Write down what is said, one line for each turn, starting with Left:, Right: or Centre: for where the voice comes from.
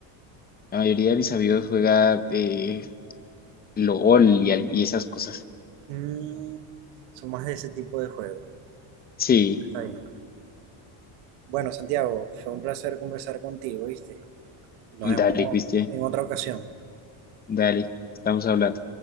Left: la mayoría de mis amigos juega eh, LOL y, al- y esas cosas.
Right: Mm, son más de ese tipo de juegos.
Left: Sí,
Right: Está bien. Bueno, Santiago, fue un placer conversar contigo, ¿viste? Nos vemos
Left: dale, Cristian,
Right: en otra ocasión.
Left: dale, estamos hablando.